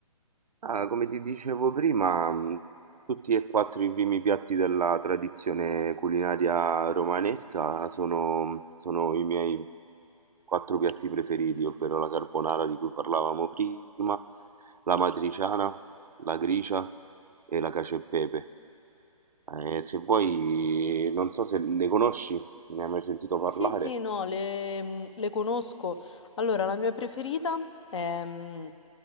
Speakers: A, on the right; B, on the left.
A: Ah, come ti dicevo prima, mh, tutti e quattro i primi piatti della tradizione culinaria romanesca sono, mhmm, sono i miei quattro piatti preferiti, ovvero la carbonara di cui parlavamo prima, la matriciana, la gricia e la cacio e pepe. Eh, se vuoi, non so se ne conosci, ne hai mai sentito parlare?
B: Sì, sì, no, le, mm, le conosco. Allora, la mia preferita è mm,